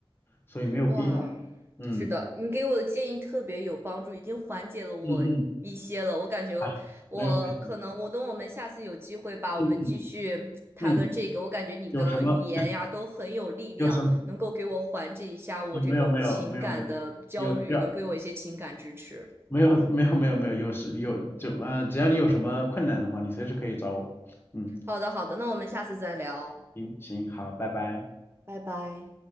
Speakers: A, on the left; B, on the right.
A: 所以没有必要。
B: 哇，
A: 嗯
B: 是的，你给我的建议特别有帮助，已经缓解了我一些了。
A: 嗯嗯，
B: 我感觉
A: 啊，
B: 我可能，
A: 没有关系。
B: 我等我们下次有机会吧，
A: 嗯
B: 我们继续谈论这个。
A: 嗯嗯，
B: 我感觉你的语言呀都很有力量，
A: 有什么有什么？
B: 能够给我缓解一下我这种情感的焦虑，
A: 嗯，没有没有没有没有，有需要。
B: 能给我一些情感支持。
A: 没有没有没有没有，有时有就呃，只要你有什么困难的话，你随时可以找我。嗯，
B: 好的，好的，那我们下次再聊，
A: 行行，好，拜拜。
B: 拜拜。